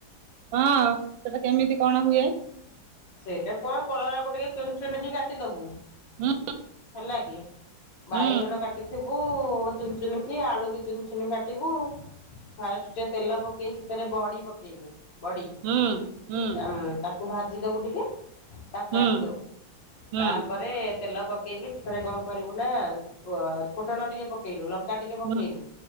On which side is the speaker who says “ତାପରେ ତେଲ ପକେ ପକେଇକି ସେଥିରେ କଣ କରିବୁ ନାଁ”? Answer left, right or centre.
Left